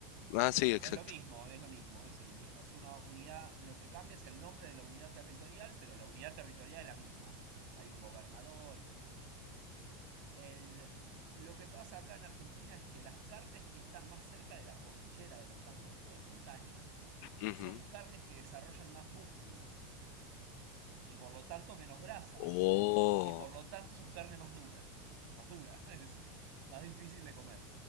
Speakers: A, on the left; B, on the right.
A: Ah,
B: Eh,
A: sí,
B: pero
A: exacto.
B: no es lo mismo, es lo mismo, es el mismo. Es una unidad, lo que cambia es el nombre de la unidad territorial, pero la unidad territorial es la misma. Hay un gobernador, etcétera. El- lo que pasa acá en Argentina es que las carnes que están más cerca de la cordillera de los Andes, donde hay montañas,
A: Ujú.
B: son carnes que desarrollan más músculo y por lo tanto menos grasa.
A: Oh.
B: Y por lo tanto son carne más dura, más dura, <laughs> es más difícil de comer.